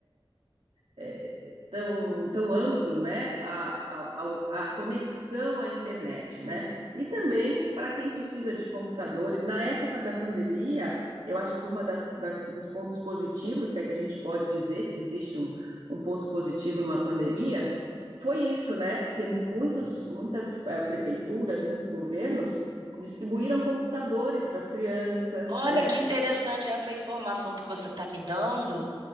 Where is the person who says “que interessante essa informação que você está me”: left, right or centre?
Right